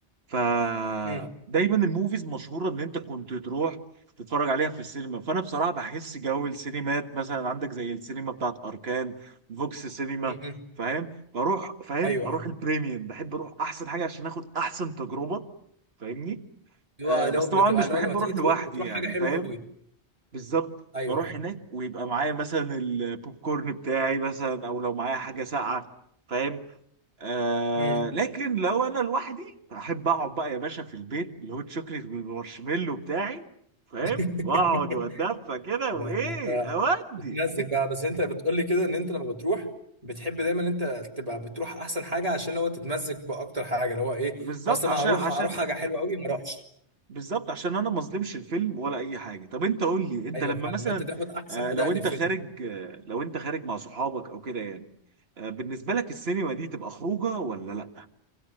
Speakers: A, on the right; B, on the right.
A: فدايما
B: امم
A: الموفيز مشهوره ان انت كنت تروح تتفرج عليها في السينما فانا بصراحه بحس جو السينمات مثلا عندك زي السينما بتاعت اركان فوكس سينما
B: امم
A: فاهم بروح فاهم
B: ايوه
A: اروح
B: ايوه
A: البريميوم بحب اروح احسن حاجه عشان اخد احسن تجربه فاهمني
B: لو
A: آه
B: لو
A: بس
B: بتبقى
A: طبعا مش
B: لو
A: بحب
B: لما تيجي
A: اروح
B: تروح
A: لوحدي
B: بتروح
A: يعني
B: حاجه حلوه
A: فاهم
B: قوي
A: بالظبط
B: ايوه
A: بروح
B: ايوه
A: هناك ويبقى معايا مثلا البوب كورن بتاعي مثلا او لو معايا حاجه ساقعه فاهم آه
B: امم
A: لكن لو انا لوحدي احب اقعد بقى يا باشا في البيت بالهوت شوكليت بالمارشميلو بتاعي فاهم
B: <laughs>
A: واقعد واتدفى كده
B: يعني
A: وايه
B: ما انت
A: اودي
B: بتمزج بقى بس انت بتقول لي كده ان انت لما بتروح بتحب دايما ان انت تبقى بتروح احسن حاجه عشان لو تتمزج باكتر حاجه اللي هو ايه
A: بالظبط
B: اصل
A: عشان
B: ما هروح
A: عشان
B: هروح حاجه حلوه قوي ما اروحش
A: بالظبط عشان انا ما اظلمش الفيلم ولا اي حاجه طب انت قول لي انت
B: ايوه
A: لما
B: فعلا
A: مثلا
B: لو انت تاخد احسن
A: آه
B: اداء
A: لو
B: للفيلم
A: انت خارج آه لو انت خارج مع صحابك او كده يعني آه بالنسبه لك السينما دي تبقى خروجه ولا لا